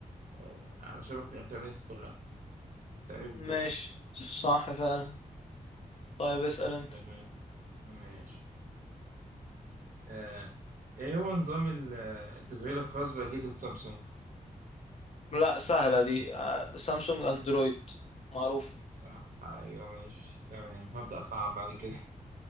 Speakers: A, on the right; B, on the left.
A: آه، على شبكة الإنترنت كلها التعريف
B: ماشي
A: بتاعه
B: صح فعلا طيب اسال انت
A: تمام ماشي آه إيه هو نظام ال- التشغيل الخاص بأجهزة سامسونج؟
B: لا سهله دي آه، سامسونج اندرويد معروف
A: صح ايوه ماشي تمام هبدأ صعب بعد كده